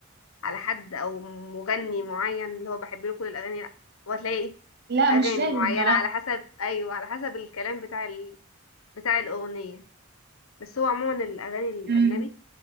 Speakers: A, on the left; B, on the right.
A: على حد او مغني معين اللي هو بحب له كل الاغاني لا هو هتلاقي ايه
B: لا
A: اغاني
B: مش لازم
A: معينة
B: نوع
A: على حسب ايوه على حسب الكلام بتاع ال... بتاع الاغنية بس هو عموما الاغاني الاجنبي
B: مم.